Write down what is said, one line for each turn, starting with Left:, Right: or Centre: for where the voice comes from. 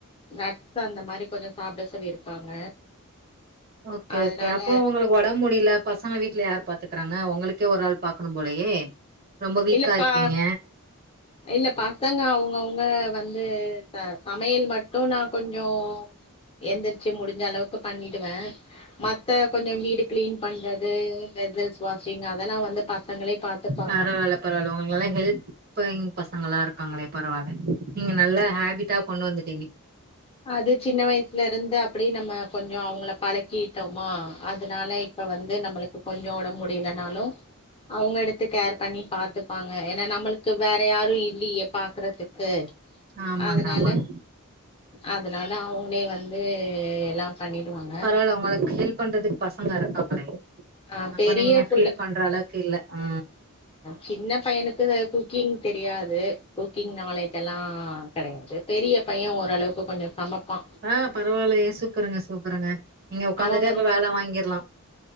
Left: நட்ஸ் அந்த மாரி கொஞ்ச சாப்பிட சொல்லியிருக்காங்க
Right: ஓகே
Left: அதனால
Right: ஓகே அப்போ உங்களுக்கு ஒடம் முடியல பசங்க வீட்ல யாரு பாத்துக்கறாங்க உங்களுக்கே ஒரு ஆள் பாக்கணும் போலயே ரொம்ப வீக்கா
Left: இல்லப்பா
Right: இருக்கீங்க.
Left: இல்ல பசங்க அவுங்க அவுங்க வந்து சாப் சமையல் மட்டும் நான் கொஞ்சோ எந்திரிச்சு முடிஞ்ச அளவுக்கு பண்ணிடுவேன் மத்த கொஞ்சோ வீடு க்ளீன் பண்றது வெசல்ஸ் வாஷிங் அதெல்லா வந்து ப பசங்களே பாத்துப்பாங்க
Right: பரவால்ல, பரவால்ல உங்களுக்கெல்லா ஹெல்பிங் பசங்களா இருக்காங்களே பரவால்ல நீங்க நல்ல ஹாபிட்டா கொண்டு வந்துட்டீங்க
Left: அது சின்ன வயசுல இருந்து அப்பிடி நம்ம கொஞ்சம் அவங்கள பழக்கிட்டோமா அதனால இப்ப வந்து நம்மளுக்கு கொஞ்சோ ஒடம்பு முடியலைனாலு அவங்க எடுத்து கேர் பண்ணி பாத்துப்பாங்க ஏனா நம்மளுக்கு வேற யாரு இல்லையே பாக்குறதுக்கு
Right: ஆமாங்க
Left: அதனால
Right: ஆமாங்க
Left: அதனால அவங்களே வந்து எல்லா பண்ணிடுவாங்க
Right: பரவால்ல உங்களுக்கு ஹெல்ப் பண்றதுக்கு பசங்க இருக்காங்களே
Left: ஆ
Right: அப்ப
Left: பெரிய
Right: நீங்க
Left: புள்ள
Right: ஃபீல் பண்ற அளவுக்கு இல்ல அ
Left: சின்ன பையனுக்கு குக்கிங் தெரியாது குக்கிங் நாலேஜ் எல்லா கெடையாது பெரிய பையே ஓரளவுக்கு கொஞ்சோ சமப்பா
Right: ஆ பரவால்லையே சூப்பருங்க சூப்பருங்க நீங்க உக்காந்துட்டே
Left: அவ வந்து
Right: அப்ப வேல வாங்கிர்லாம்.